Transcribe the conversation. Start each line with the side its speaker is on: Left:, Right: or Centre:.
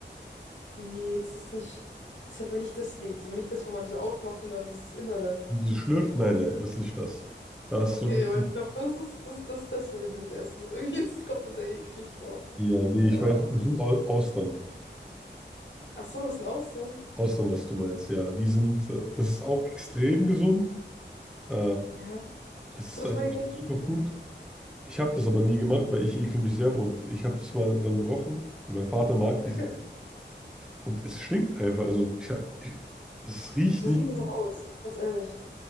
Left: Nee, es ist nicht. Ist aber nicht das. Nee, ist aber nicht das, wo man die so aufmacht und dann dieses Innere.
Centre: Dieses Schlürfen? Nein, nein, das ist nicht das. Da ist
Left: Okay,
Centre: so wirklich,
Left: aber ich glaube, das ist, das, das, das will ich nicht essen. Das, ist irgendwie, das kommt mir sehr eklig vor.
Centre: ja, nee,
Left: Keine
Centre: ich weiß,
Left: Ahnung.
Centre: das sind Au- Austern.
Left: Ach so, das sind Austern.
Centre: Austern, was du meinst, ja. Die sind, äh, das ist auch extrem gesund. Äh,
Left: Ja.
Centre: es
Left: Hast du das
Centre: ist eigentlich
Left: mal gegessen?
Centre: ein Superfood. Ich habe das aber nie gemacht, weil ich ekel mich selber und ich habe das mal dran gerochen. Mein Vater mag
Left: <laughs>
Centre: diese und es stinkt einfach. Also ich, ich, es riecht
Left: So
Centre: nicht.
Left: sieht das auch aus, ganz ehrlich.